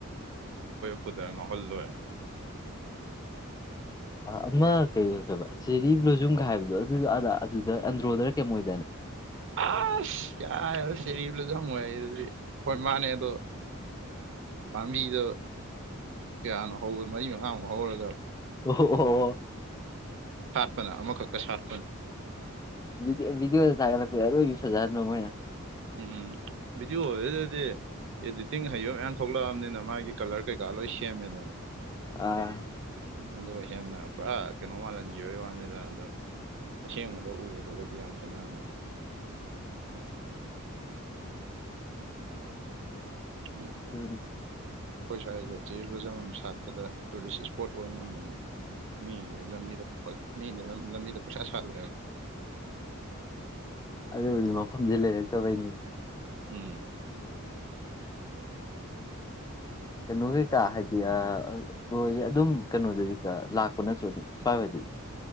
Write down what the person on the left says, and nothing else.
ꯑꯃ ꯀꯩꯗꯕ ꯆꯦꯔꯤ ꯕ꯭ꯂꯣꯖꯨꯝꯒ ꯍꯥꯏꯕꯗꯣ ꯑꯗꯨ ꯑꯗꯥ ꯑꯗꯨꯗ ꯑꯟꯗ꯭ꯔꯣꯗ ꯀꯦ ꯃꯣꯏꯗꯅꯦ
ꯑꯣ ꯑꯣ
ꯗꯤꯑꯣ ꯊꯥꯒ ꯂ ꯌꯥꯔꯣꯏꯁ ꯍꯖꯔ ꯅꯣ ꯃꯅꯥ
ꯑꯥ
<inaudible>
ꯇꯅꯤ
ꯑꯗꯨꯕꯨꯗꯤ ꯃꯐꯝꯁ ꯂꯩꯔꯛꯇꯕꯩꯅꯤ
ꯀꯩꯅꯣ ꯀꯩꯀꯥ ꯍꯥꯏꯗꯤꯣꯏꯁꯦ ꯑꯗꯨꯝ ꯀꯩꯅꯣꯗꯗꯤ ꯀ ꯂꯥꯛꯄ ꯅꯠꯇ꯭ꯔꯣ ꯑꯗꯨꯝ ꯁ꯭ꯋꯥꯏꯗꯗꯤ